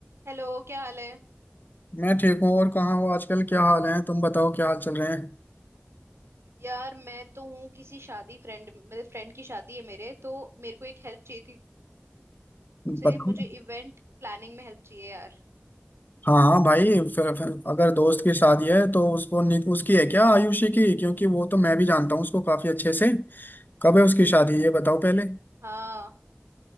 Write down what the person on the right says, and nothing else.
Hello क्या हाल है
यार मैं तो हूँ किसी शादी फ्रेंड मतलब फ्रेंड की शादी है मेरे तो मेरे को एक हेल्प चाहिए थी से
मुझे इवेंट प्लानिंग में हेल्प चाहिए यार
हाँ